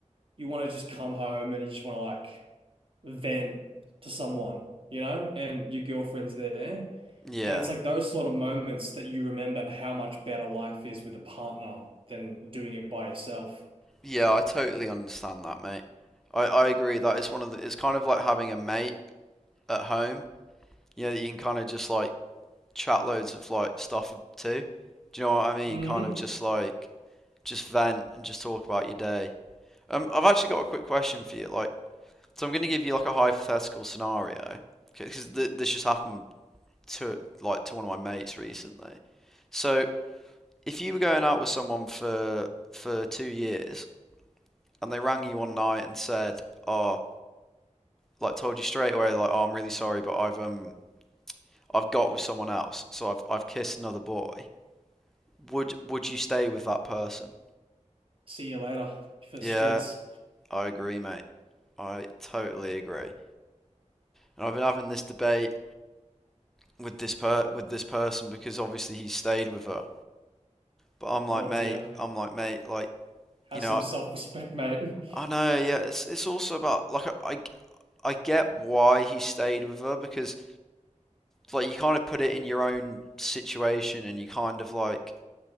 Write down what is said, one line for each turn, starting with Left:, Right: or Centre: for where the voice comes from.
Right: you want to just come home and you just want to like vent to someone, you know, and your girlfriend's there.
Centre: Yeah.
Right: And it's like those sort of moments that you remember how much better life is with a partner than doing it by yourself.
Centre: Yeah, I totally understand that, mate. I, I agree. That is one of the, it's kind of like having a mate at home, you know, that you can kind of just like chat loads of like stuff to. Do you know what I mean?
Right: hmm
Centre: Kind of just like, just vent and just talk about your day. Um, I've actually got a quick question for you. Like, so I'm going to give you like a hypothetical scenario because th this just happened to like to one of my mates recently. So if you were going out with someone for for two years and they rang you one night and said, "Oh, like told you straight away, like, oh, I'm really sorry, but I've um I've got with someone else, so I've I've kissed another boy," would would you stay with that person?
Right: See you later for the
Centre: Yeah,
Right: streets.
Centre: I agree, mate. I totally agree. And I've been having this debate with this per with this person because obviously he stayed with her. But I'm like,
Right: Oh
Centre: mate,
Right: dear.
Centre: I'm like, mate, like,
Right: Have
Centre: you know,
Right: some self-respect, mate. <laughs>
Centre: I know, yeah. It's it's also about like I I get why he stayed with her because like you kind of put it in your own situation and you kind of like